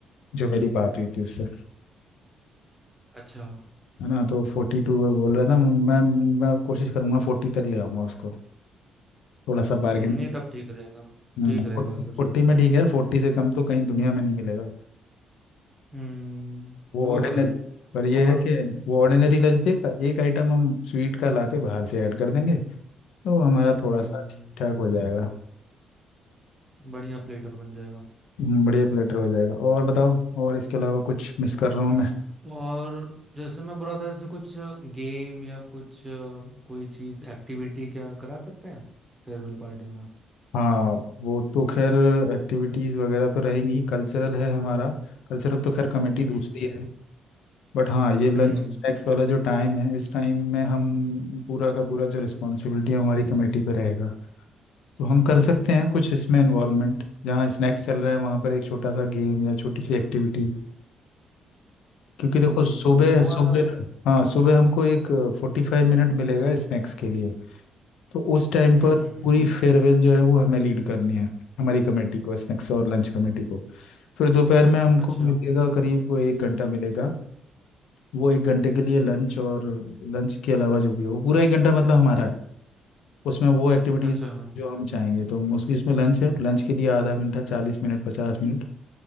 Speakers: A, on the left; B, on the right.
A: जो मेरी बात हुई थी उससे
B: अच्छा
A: है ना तो फोर्टी टू बोल रहा था मैं मैं कोशिश करूंगा फोर्टी तक ले आऊंगा उसको थोड़ा सा
B: हम्म,
A: बार्गेनिंग
B: नहीं तब ठीक रहेगा
A: हम्म
B: ठीक रहेगा फिर
A: फोर्टी में ठीक है यार फोर्टी से कम तो कहीं दुनिया में नहीं मिलेगा
B: हम्म
A: वो
B: वो
A: ऑर्डिनरी
B: तो है
A: पर ये
B: और
A: है कि वो ऑर्डिनरी लंच देगा एक आइटम हम स्वीट का लाके बाहर से ऐड कर देंगे तो हमारा थोड़ा
B: हम्म
A: सा ठीक ठाक हो जाएगा
B: बढ़िया प्लेटर बन जाएगा
A: हम्म, बढ़िया प्लेटर हो जाएगा और बताओ और इसके अलावा कुछ मिस कर रहा हूँ मैं
B: और जैसे मैं बोला था जैसे कुछ गेम या कुछ अ, कोई चीज एक्टिविटी क्या करा सकते हैं फेयरवेल पार्टी में
A: हाँ वो तो खैर एक्टिविटीज़ वगैरह तो रहेंगी कल्चरल है हमारा कल्चरल तो खैर कमेटी
B: हम्म
A: दूसरी
B: हम्म
A: है बट हाँ ये लंच
B: हम्म
A: स्नैक्स वाला जो टाइम है इस टाइम में हम पूरा का पूरा जो रिस्पॉन्सिबिलिटी है हमारी कमेटी पे रहेगा तो हम कर सकते हैं कुछ इसमें इन्वॉल्वमेंट जहाँ स्नैक्स चल रहा है वहाँ पर एक छोटा सा गेम या छोटी सी एक्टिविटी क्योंकि
B: हम्म,
A: देखो सुबह
B: वो
A: सुबह
B: वाला हम्म
A: ना हाँ सुबह हमको एक फोर्टी फाइव मिनट मिलेगा स्नैक्स के लिए तो उस टाइम
B: हम्म
A: पर
B: हम्म,
A: पूरी फेयरवेल जो है वो हमें लीड करनी है हमारी कमेटी को स्नैक्स और लंच कमेटी को फिर दोपहर में हमको
B: अच्छा
A: मिलेगा करीब एक घंटा मिलेगा वो एक घंटे के लिए लंच और लंच के अलावा जो भी है वो पूरा एक घंटा मतलब हमारा है उसमें वो एक्टिविटीज़
B: अच्छा
A: जो हम चाहेंगे तो मोस्टली उसमें लंच है लंच के लिए आधा घंटा चालीस मिनट पचास मिनट